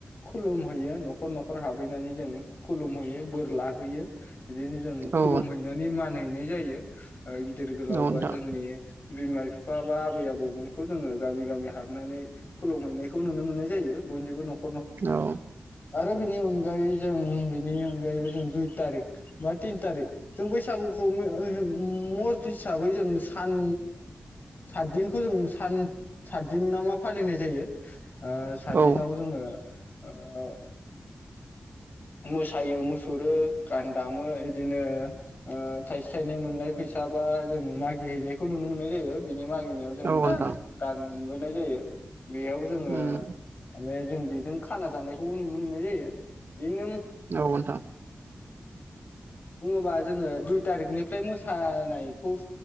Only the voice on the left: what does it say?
खुलुम हैयो न'खर न'खर हाबहैनानै जों खुलुम हैयो बोर ला होयो बिदिनो जों खुलुम
हैनानै मान हैनाय जायो ओ गिदिर
गोलाव बा नि बिमा बिफा बा आबै आबौमोनखौ जोङो गामि गामि हाबनानै खुलुमहैनायखौ नुनो मोन मोननाय जायो बयनिबो न'ख
आरो बिनि अनगायै जों बिनि गायैबो दुइ थारिक बा थिन थारिख जों बैसागुखौ <inaudible> मस्ट हिसाबै जों सान साथदिनखौ जों सान साथदिन नामा फालिनाय जायो । ओ साथदिनाव
जोङो ओ मोसायो मुसुरो गान दामो इदिनो ओ थाइसे थाइनै मोननाय फैसा साबा जों मागि हैैनायखौ नुनो मोननाय जायो । मागिनायाव जों
गान गान मोनबोनाय जायो बेयावबो जोङो
माने जों बेजों खाना जानायखौबो नुनो मोननाय जायो बिदिनो
बुङोबा जोङो दुइ थारिखनिफ्राय मोसानायखौ